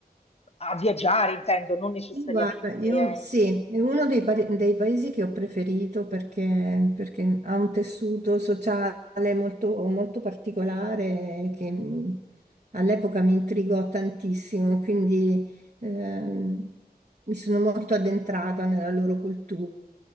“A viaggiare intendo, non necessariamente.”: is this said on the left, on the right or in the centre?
Left